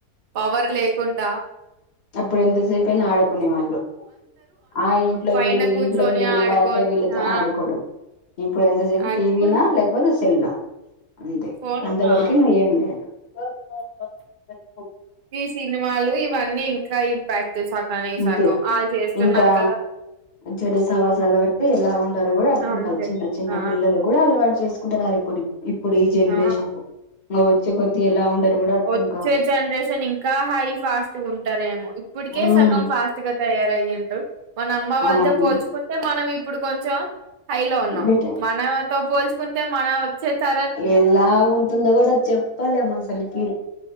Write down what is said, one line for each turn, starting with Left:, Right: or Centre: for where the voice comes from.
Right: పవర్ లేకుంటా
Left: ఇప్పుడు ఎంతసేపు అయినా ఆడుకునే వాళ్ళు ఆ ఇంట్లోకి
Right: పైన
Left: వెళ్ళి ఈ
Right: కూర్చొని
Left: ఇంట్లోకి వెళ్ళి
Right: ఆడుకొని
Left: వాళ్ళతో వీళ్ళతో
Right: ఆ
Left: ఆడుకోవడం ఇప్పుడు ఎంతసేపు
Right: అప్పుడు
Left: టీవీనా లేకపోతే సెల్ హా అంతే
Right: ఫోను
Left: అంతవరకును
Right: ఆ
Left: ఏం లేదు <inaudible>
Right: ఈ సినిమాలు ఇవన్నీ ఇంకా ఇంపాక్ట్ సకాన ఈ
Left: అంతే
Right: సకం వాళ్ళు చేస్తున్నారు
Left: ఇంకా
Right: కదా
Left: చెడు సవాస్లు వట్టి ఎలా ఉండాలో కూడా అర్థం
Right: అంతే
Left: కాదు చిన్న చిన్న
Right: ఆ
Left: పిల్లలు కూడా అలవాటు చేసుకు కుంటనన్నారు ఇప్పుడిప్పు ఇప్పుడు ఈ జనరేషన్
Right: ఆ
Left: ఆ వచ్చే కొద్దిీ ఎలా ఉండరు కూడా అర్థం
Right: వచ్చే
Left: కా
Right: జనరేషన్ ఇంకా హై ఫాస్ట్గా ఉంటారేమో ఇప్పటికే
Left: ఉమ్
Right: సగం ఫాస్ట్ గా తయారుయ్యిండ్రూ మన అమ్మ వాళ్ళతో
Left: అవును
Right: పోల్చుకుంటే మనం ఇప్ ఇప్పుడు కొంచెం హైలో ఉన్నా
Left: బెటర్
Right: మనతో పోల్చుకుంటే మన వచ్చేతర
Left: ఏం ల ఉంటుందో కూడా చెప్పలేం అసలికి